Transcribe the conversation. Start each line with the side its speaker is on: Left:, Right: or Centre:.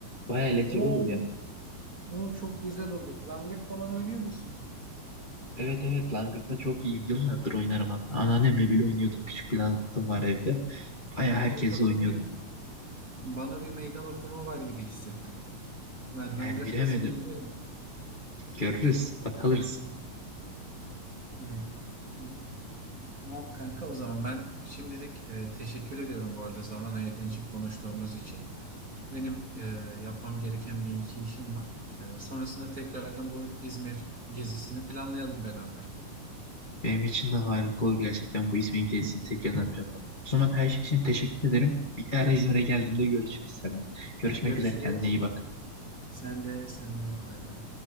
Left: Bayağı eğlenceli
Right: Oo,
Left: olur ya.
Right: o çok güzel olur. Langırt falan oynuyor musun?
Left: Evet evet Langırt'ta çok iyiyim. Yıllardır oynarım hatta. Anneannemle bile oynuyordum. Küçük bir Langırt'ım var evde. Bayağı herkesle
Right: Burada bana
Left: oynuyordum.
Right: bir, bana bir meydan okuma var gibi hissettim. Ben
Left: Yani
Right: Langırt'ta
Left: bilemedim.
Right: seni yenerim.
Left: Görürüz. Bak alırız.
Right: Ay, iyi. Tamam kanka o zaman ben şimdilik e, teşekkür ediyorum bu arada zaman ayırdığın için konuştuğumuz için. Benim e, yapmam gereken bir iki işim var. E, sonrasında tekrardan bu İzmir gezisini planlayalım beraber.
Left: Benim için de harika olur gerçekten bu İzmir gezisini tekrar yapacağım. O zaman her şey için teşekkür ederim. Bir ara İzmir'e geldiğimde görüşürüz seninle. Görüşmek
Right: Görüşürüz.
Left: üzere kendine iyi bak.
Right: Sen de sen de bay bay.